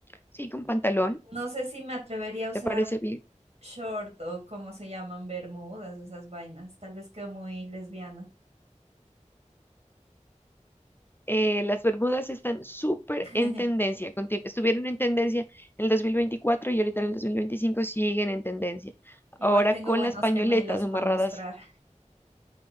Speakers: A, on the left; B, on the right.
A: Sí, con pantalón.
B: No sé si me atrevería a usar
A: ¿Te parece bien?
B: short o cómo se llaman bermudas, esas vainas. Tal vez quedo muy lesbiana.
A: eh, las Bermudas están súper
B: <laughs>
A: en tendencia, conti- estuvieron en tendencia en el 2024 y ahorita en el 2025 siguen en tendencia. Ahora
B: Igual tengo
A: con
B: buenos
A: las pañoletas
B: gemelos
A: amarradas,
B: para mostrar.